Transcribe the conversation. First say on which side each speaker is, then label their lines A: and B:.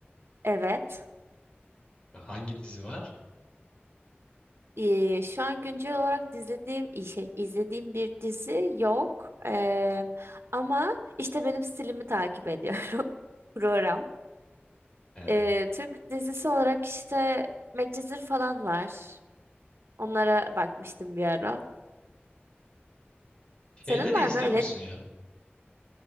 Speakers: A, on the right (about 85°); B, on the left (about 25°).
A: Evet.
B: Hangi dizi var?
A: Ee, şu an güncel olarak izlediğim şey, izlediğim bir dizi yok. Ee, ama işte benim stilimi takip ediyorum <laughs> program.
B: Ee,
A: Ee, Türk dizisi olarak işte Medcezir falan var. Onlara bakmıştım bir ara.
B: şeyleri
A: Senin var
B: izliyor
A: mı öyle
B: musun ya?